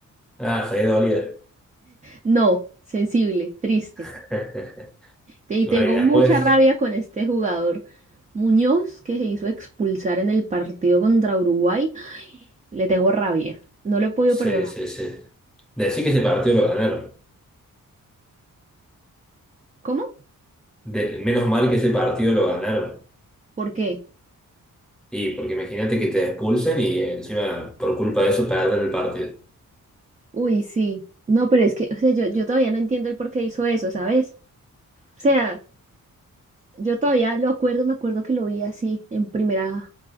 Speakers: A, in the centre; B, on the right.
A: Ah, se había dolido.
B: No, sensible, triste.
A: <laughs>
B: Te- Y
A: Y
B: tengo
A: bueno, y después,
B: mucha <laughs> rabia con este jugador Muñoz que se hizo expulsar en el partido contra Uruguay. Le tengo rabia. No le he podido
A: se,
B: perdonar.
A: se, se. Decir que ese partido lo ganaron.
B: ¿Cómo?
A: De- menos mal que ese partido lo ganaron.
B: ¿Por qué?
A: Y porque imagínate que te expulsen y encima por culpa de eso perder el partido.
B: Uy, sí. No, pero es que, o sea, yo, yo todavía no entiendo el por qué hizo eso, ¿sabes? O sea, Yo todavía lo acuerdo, me acuerdo que lo vi así en primera,